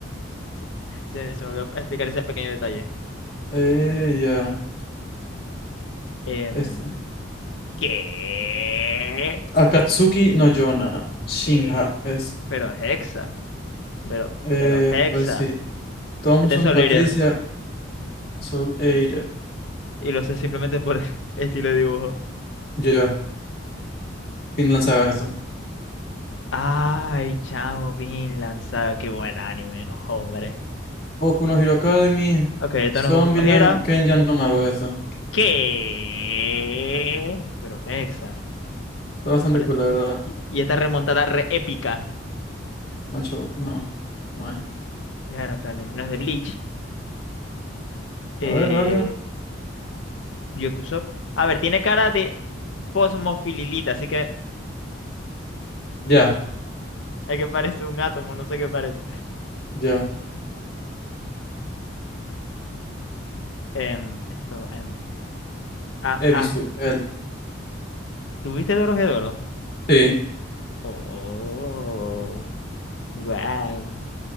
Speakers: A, on the left (about 70°); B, on the left (about 50°).
A: Sí, Se, se me olvidó explicar ese pequeño detalle.
B: Eh, ya.
A: Em,
B: Este.
A: ¿qué?
B: Akatsuki no Yona. Shinha
A: ¿Qué?
B: es.
A: Pero Hexa. Pero,
B: Eh,
A: pero Hexa.
B: pues sí. Thompson,
A: Es Solider.
B: Patricia, Soul Eater.
A: Y lo sé simplemente por <laughs> estilo de dibujo.
B: Ya. Vinland Saga es esto.
A: Ay, chamo, Vinland Saga. Qué buen anime, no, hombre.
B: Boku no Hero Academy.
A: Ok, esto
B: Zombieland.
A: no es Boku no Hero.
B: Kenjan no Mago es esto.
A: ¿Qué? Pero Hexa.
B: Está bastante
A: Hola.
B: cool, la verdad.
A: Y, y esta remontada re épica.
B: Macho, no. No. hay.
A: Dártale, No es de Bleach. Eh,
B: A ver, dale.
A: Byakusou. A ver, tiene cara de posmofililita, así que
B: Ya,
A: hay que parece un átomo, no sé qué parece.
B: ya.
A: Em, esto, em, ah,
B: Ebisu.
A: ah.
B: El.
A: ¿Tuviste Dorohedoro?
B: Sí.
A: Oh, wow.